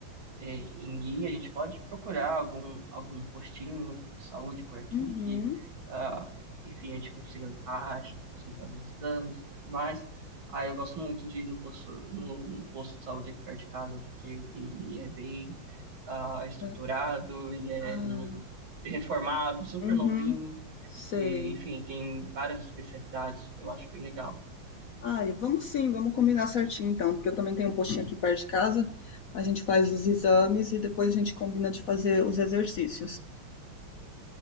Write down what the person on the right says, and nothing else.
é, em guia, a gente pode procurar algum, algum postinho de saúde por aqui
que, ah, enfim, a gente consiga um encaixe para conseguir fazer os exames e tudo mais. Aí eu gosto muito de ir no posto, no, no posto de saúde aqui perto de casa, porque ele é bem ah, estruturado,
ele é
no- reformado, super
novinho.
E, enfim, tem várias especialidades. Eu acho bem legal.